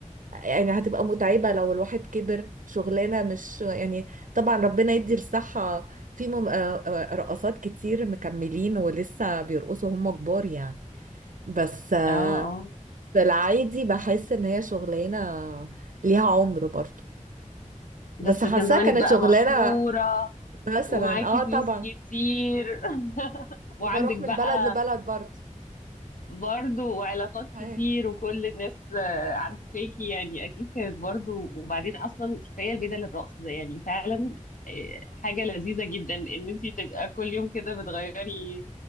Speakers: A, on the right; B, on the left.
A: يعني هتبقى متعبة لو الواحد كبر شغلانة مش يعني طبعا ربنا يدي الصحة في مم... آه آه، رقصات كتير مكملين ولسه بيرقصوا هم كبار يعني بس آه،
B: اه اه
A: في العادي بحس ان هي شغلانه ليها عمر برضو
B: بس
A: بس حاساها
B: كان زمانك
A: كانت
B: بقى
A: شغلانه
B: مشهورة
A: مثلا
B: ومعاكي
A: اه
B: فلوس
A: طبعا
B: كتير <laughs> وعندك
A: وبروح
B: بقى
A: من بلد لبلد برضو
B: برضه وعلاقات
A: هي.
B: كتير وكل الناس آه، عارفاكي يعني اكيد كانت برضه وبعدين اصلا كفايه بدل الرقص ده يعني فعلا آه، حاجه لذيذه جدا ان انت تبقى كل يوم كده بتغيري